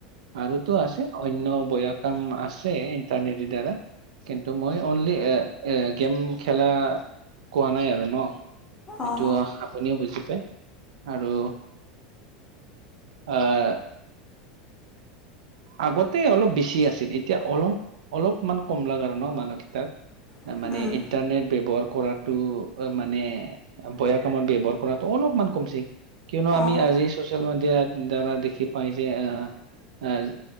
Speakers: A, on the right (about 80°); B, on the left (about 20°).
A: আৰুতো আছে অন্য বয়া কাম আছে ইন্টাৰনেদি দ্বাৰা, কিন্তু মই অনলি এ-এ গেম খেলা কোৱা নাই আৰু ন' সেইটো
B: অঁ
A: আপুনিও বুজি পায়। আৰু অ' আগতে অলপ বেছি আছিল এতিয়া অলপ অলপমান কমলাক আৰু ন' মানুহকেইটাক।
B: হয়
A: মানে ইণ্টাৰনেট ব্যৱহাৰ কৰাটো মানে বয়া কামত ব্যৱহাৰ কৰাতো অলপমান কমছি। কিয়নো আমি
B: অঁ
A: আজি ছ'চিয়েল মিডিয়াৰ দ্বাৰা দেখি পাই যে অ', অ'